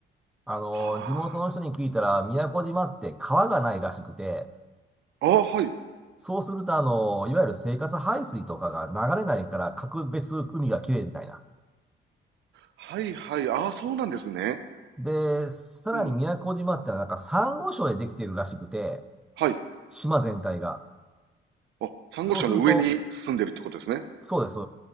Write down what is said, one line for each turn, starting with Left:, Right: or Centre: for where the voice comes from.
Centre: あの、
Right: は
Centre: 地元の人に聞いたら、宮古島って川がないらしくて、
Right: あ。あ、はい。
Centre: そうすると、あの、いわゆる生活排水とかが流れないから、格別海が綺麗みたいな。
Right: はいはい。あ、そうなんですね。
Centre: で、さらに宮古島ってのはなんかサンゴ礁でできているらしくて、
Right: うん。はい。
Centre: 島全体が。
Right: あ、珊瑚礁の上に住んでるってことですね。
Centre: そうすると、そうです。